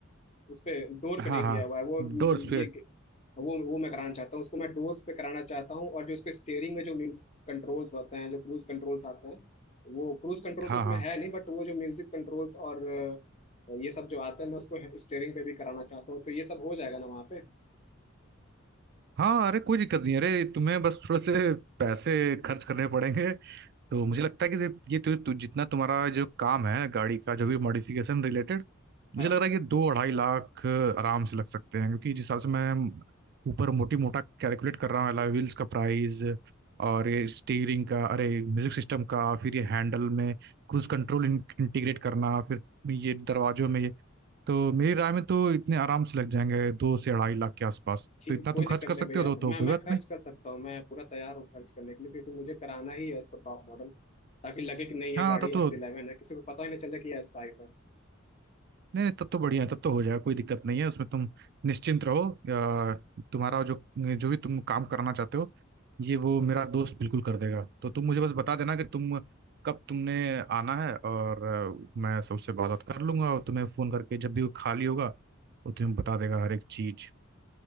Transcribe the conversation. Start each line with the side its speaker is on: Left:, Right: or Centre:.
Left: उस पे डोर
Right: हाँ
Left: पे नहीं
Right: हाँ
Left: दिया हुआ है वो
Right: डोर्स पे
Left: ये वो वो मैं कराना चाहता हूँ उसको मैं डोर्स पे कराना चाहता हूँ और जो उसके स्टेयरिंग में जो म्यूजिक कंट्रोल्स होते हैं जो क्रूज कंट्रोल्स आते हैं वो क्रूज कंट्रोल
Right: हाँ
Left: तो इसमें
Right: हाँ
Left: है नहीं बट वो जो म्यूजिक कंट्रोल्स और ये सब जो आता है मैं उसको स्टेयरिंग पे भी कराना चाहता हूँ तो ये सब हो जाएगा ना वहाँ पे
Right: हाँ अरे कोई दिक्कत नहीं अरे तुम्हें बस थोड़े से पैसे खर्च करने पड़ेंगे तो मुझे लगता है कि ये तु, तु, जितना तुम्हारा जो काम है गाड़ी का जो भी मॉडिफिकेशन रिलेटेड मुझे
Left: हाँ
Right: लग रहा है कि दो अढ़ाई लाख आराम से लग सकते हैं क्योंकि जिस हिसाब से मैं ऊपर मोटी मोटा कैलकुलेट कर रहा हूँ अलॉय व्हील्स का प्राइस और ये स्टीयरिंग का अरे म्यूजिक सिस्टम का फिर ये हैंडल में क्रूज कंट्रोल इंटीग्रेट करना फिर ये दरवाजों में ये तो मेरी राय में तो इतने आराम से लग जाएंगे दो से अढ़ाई लाख के आसपास
Left: ठीक
Right: तो इतना
Left: कोई
Right: तुम खर्च
Left: दिक्कत
Right: कर
Left: नहीं
Right: सकते
Left: भैया
Right: हो तो, तो
Left: मैं
Right: कोई
Left: मैं
Right: बात
Left: खर्च
Right: नहीं
Left: कर सकता हूँ मैं पूरा तैयार हूँ खर्च करने के लिए क्योंकि मुझे कराना ही है उसको टॉप मॉडल ताकि लगे कि नहीं ये
Right: हाँ
Left: गाड़ी
Right: तब
Left: एस
Right: तो
Left: इलेवन है किसी को पता ही नहीं चले कि ये एस फाइव है
Right: नहीं नहीं, तब तो बढ़िया है तब तो हो जाएगा कोई दिक्कत नहीं है उसमें तुम निश्चिंत रहो या तुम्हारा जो जो भी तुम काम करना चाहते हो ये वो मेरा दोस्त बिल्कुल कर देगा तो तुम मुझे बस बता देना कि तुम कब तुमने आना है और अ, मैं सबसे बात बात कर लूंगा और तुम्हें फ़ोन करके जब भी वो खाली होगा वो तुम्हें बता देगा हर एक चीज़